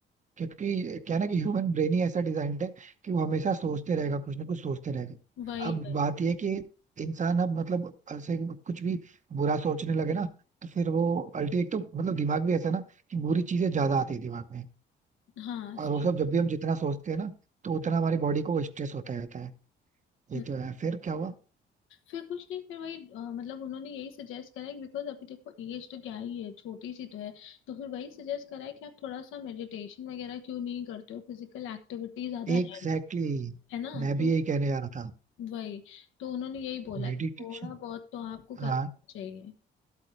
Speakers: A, on the right; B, on the left.
A: क्योंकि क्या है ना कि ह्यूमन ब्रेन ही ऐसा डिजाइंड है कि वो हमेशा सोचते रहेगा कुछ ना कुछ सोचते रहेगा
B: वही
A: अब
B: वही
A: बात ये है कि इंसान अब मतलब ऐसे कुछ भी बुरा सोचने लगे ना तो फिर वो अल्टीमेट तो मतलब दिमाग भी ऐसा है ना कि बुरी चीजें ज्यादा आती है दिमाग में
B: हाँ
A: और
B: सही
A: वो सब
B: बात
A: जब भी हम जितना सोचते हैं ना तो उतना हमारी बॉडी को स्ट्रेस होता रहता है ये
B: हम्म,
A: तो है फिर क्या हुआ
B: फिर कुछ नहीं फिर वही अ, मतलब उन्होंने यही सजेस्ट करा है बिकॉज अभी देखो एज तो क्या ही है छोटी सी तो है तो फिर वही सजेस्ट करा है कि आप थोड़ा सा मेडिटेशन वगैरह क्यों नहीं करते हो फिजिकल एक्टिविटी ज्यादा
A: एग्जैक्टली
B: है नहीं,
A: exactly,
B: है ना
A: मैं भी
B: तो
A: यही कहने जा रहा था
B: वही तो उन्होंने यही बोला
A: मेडिटेशन
B: कि थोड़ा बहुत तो आपको
A: हाँ
B: करना चाहिए